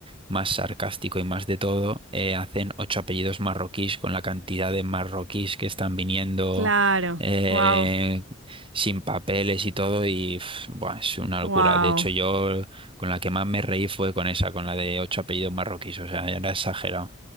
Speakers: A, on the right; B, on the right.
A: más sarcástico y más de todo, eh, hacen ocho apellidos marroquíes con la cantidad de marroquíes que están viniendo
B: claro.
A: eh,
B: Wow.
A: sin papeles y todo. Y pf, buah, es una
B: Wow.
A: locura. De hecho, yo con la que más me reí fue con esa, con la de ocho apellidos marroquíes. O sea, era exagerado.